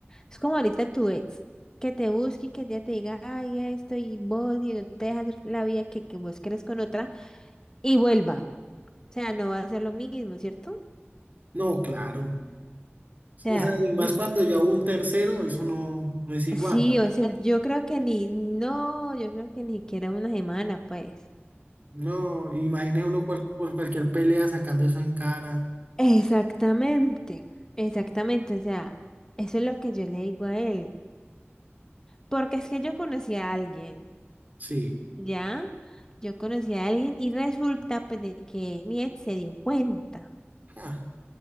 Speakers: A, on the left; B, on the right.
A: Es como ahorita tu ex, que te busque y que ya te diga, ay, esto y vos, y no te dejas la vida que, que vos querés con otra. y vuelva. O sea, no va a ser lo mismo, ¿cierto? O
B: No, claro.
A: sea,
B: O sea, y más
A: mm,
B: cuando ya hubo un tercero, eso no, no es igual.
A: sí, o sea, yo creo que ni, no, yo creo que ni siquiera una semana, pues.
B: No, imagine uno cual- por cualquier pelea sacando eso en cara.
A: Exactamente, exactamente, o sea, eso es lo que yo le digo a él, porque es que yo conocí a alguien,
B: Sí.
A: ¿ya? Yo conocí a alguien y resulta pues de que mi ex se dio cuenta.
B: Ah,